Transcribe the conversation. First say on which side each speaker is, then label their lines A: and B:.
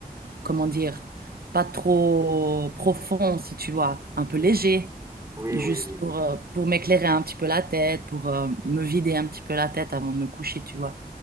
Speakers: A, on the right (about 70°); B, on the right (about 20°).
A: comment dire, pas trop profond, si tu vois, un peu
B: Oui,
A: léger,
B: oui,
A: juste
B: oui, oui,
A: pour, euh, pour m'éclairer un petit peu la tête, pour euh, me vider un petit peu la tête avant de me coucher, tu vois.